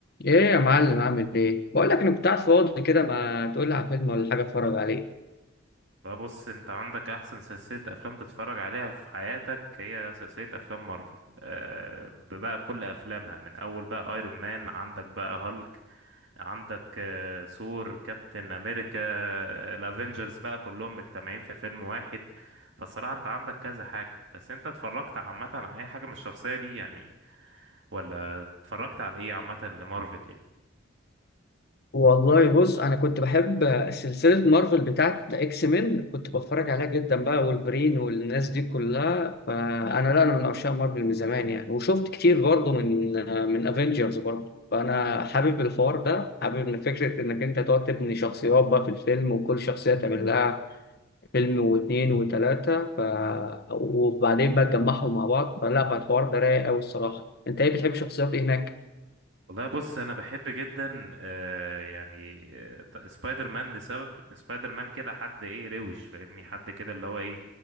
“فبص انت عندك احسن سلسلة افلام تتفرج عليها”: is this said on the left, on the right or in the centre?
Right